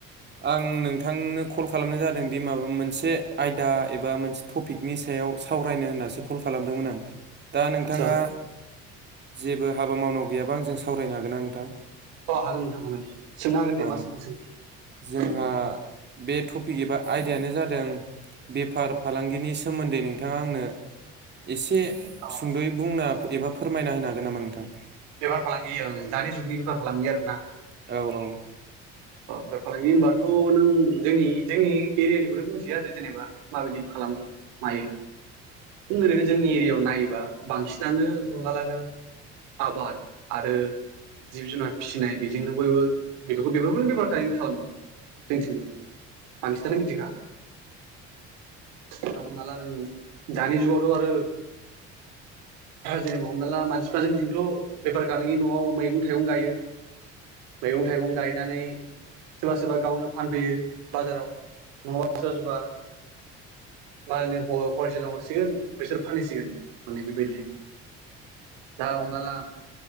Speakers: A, on the right; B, on the right.
A: आं नोंथांनो कल खालामनाय जादों दि माबा मोनसे आयदा एबा मोनसे टपिकनि सायाव सावरायनो होन्नासो कल खालामदोंमोन आं। दा नोंथाङा
B: आदसा
A: जेबो हाबा मावनांगौ गैयाबा आं जों सावरायनो हागोन आं नोंथां।
B: अ हागोन नोंथां हागोन सोंनो हागोन दे
A: अ
B: मा सोंनो सों
A: जोंहा बे टपिक एबा आयदायानो जादों बेफार फालांगिनि सोमोन्दै नोंथाङा आंनो। एसे
B: अ
A: सुंद'यै बुंना। एबा फोरमायना होनो हागोन नामा नोंथां।
B: बेफार फालांगिओं दानि जुगनि बेफार फालांगिया आरो ना।
A: औ औ औ।
B: बे फालांगि होनबाथ' नों जोंनि जोंनि एरियानिखौथ' बुंथियो आरो जेनेबा माबायदिबो खालामो मायो ओरैबाय जोंनि एरियायाव नायोबा बांसिनानो हमनाला नों आबाद आरो जिब जुनार फिसिनाय बेजोंनो बयबो बेफोरखौ बेबो गुबुन बेफार खानो खालामो जोंथिंबो बांसिनानो बिदिखा दा हमना ला नों दानि जुगावथ' आरो जेनेबा हमना ला मानसिफोर जों जोंथ' बेफार खालामांगि न'आव मैगं थाइगं गायो मैगं थाइगं गायो बिनानै सोरबा सोरबा गावनो फानफैयो बाजाराव नंङाबा सोरबा सोरबा मालायनि हल हलसेलाव हरसिगोन बेसोर फानहैसिगोन माने बेबायदि दा हमना ला